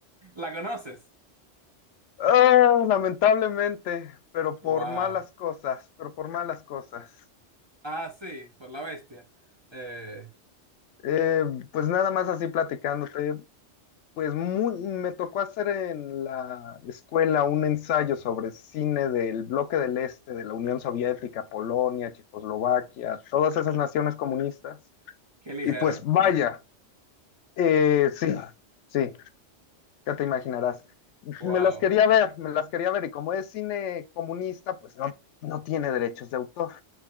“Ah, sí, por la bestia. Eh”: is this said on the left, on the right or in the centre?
Right